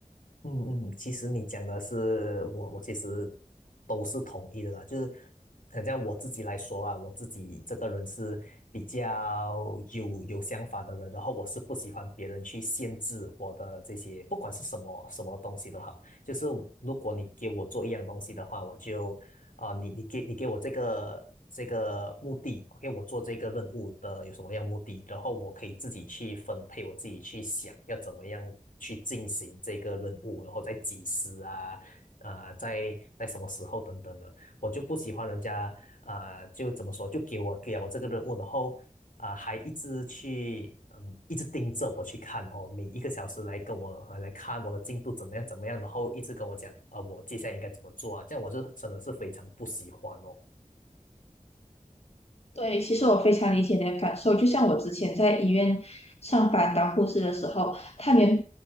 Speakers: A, on the left; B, on the left.
A: 嗯嗯，其实你讲的是我，我其实都是同意的啦。就是很像我自己来说啊，我自己这个人是比较有有想法的人，然后我是不喜欢别人去限制我的这些，不管是什么什么东西都好。就是如果你给我做一样东西的话，我就啊、你你给你给我这个这个目的，OK，我做这个任务的有什么样目的，然后我可以自己去分配，我自己去想要怎么样去进行这个任务，然后再几时啊，啊、在在什么时候等等的，我就不喜欢人家啊、就怎么说，就给我给了我这个任务，然后啊，还一直去，嗯，一直盯着我去看哦，每一个小时来跟我呃来看我的进度怎么样怎么样，然后一直跟我讲，呃，我接下来应该怎么做啊？这样我是真的是非常不喜欢哦。
B: 对，其实我非常理解你的感受。就像我之前在医院上班当护士的时候，他连